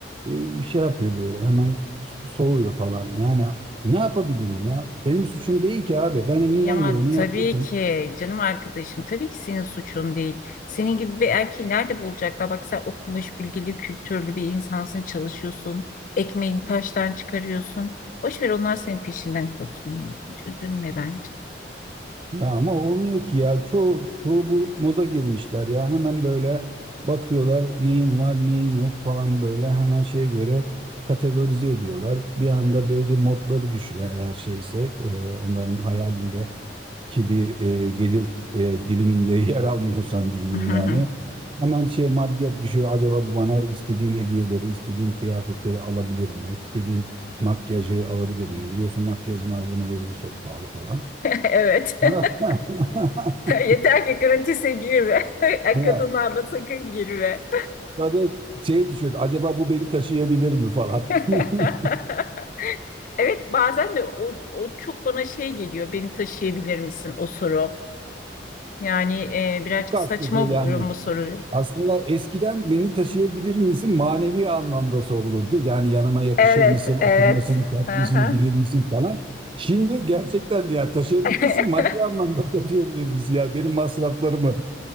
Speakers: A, on the right (about 30°); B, on the left (about 45°).
A: e, bir şey yapıyor böyle. Hemen so- soğuyor falan. Yani ne yapabilirim ya? Benim suçum değil ki abi. Ben elimden
B: Ya
A: geleni
B: tabii
A: yaptım.
B: ki canım arkadaşım tabii ki senin suçun değil. Senin gibi bir erkeği nerede bulacaklar? Bak sen okumuş, bilgili, kültürlü bir insansın, çalışıyorsun. Ekmeğini taştan çıkarıyorsun. Boş ver onlar senin peşinden koşsunlar. Hiç üzülme bence.
A: Ya ama olmuyor ki ya. Çoğu, çoğu bu moda girmişler ya. Hemen böyle bakıyorlar neyin var neyin yok falan böyle hemen şeye göre kategorize ediyorlar. Bir anda böyle modları düşüyor eğer şeyse e, onların hayalindeki bir e, gelir e, diliminde <laughs> yer almıyorsan diyeyim
B: <laughs>
A: yani. Hemen şey maddiyat düşüyor. Acaba bu bana istediğim hediyeleri, istediğim kıyafetleri alabilir mi? İstediğim makyajı alabilir mi? Biliyorsun makyaj malzemeleri de çok pahalı falan.
B: Evet. <laughs>
A: <laughs>
B: Yeter ki gratis'e girme.
A: Ya,
B: <laughs> Kadınlarla sakın girme.
A: ya da şey düşüyordu. Acaba bu beni taşıyabilir mi falan.
B: <laughs>
A: <laughs>
B: Evet bazen de o, o çok bana şey geliyor. Beni taşıyabilir misin o soru? Yani e, birazcık
A: Bu kastediyor
B: saçma buluyorum
A: yani.
B: bu soruyu.
A: Aslında eskiden beni taşıyabilir misin manevi anlamda sorulurdu. Yani yanıma yakışır
B: Evet,
A: mısın, oturmasını,
B: evet.
A: kalkmasını
B: Aha.
A: bilir misin falan. Şimdi gerçekten de ya taşıyabilir
B: <laughs>
A: misin? Maddi anlamda <laughs> taşıyabilir misin? Yani benim masraflarımı,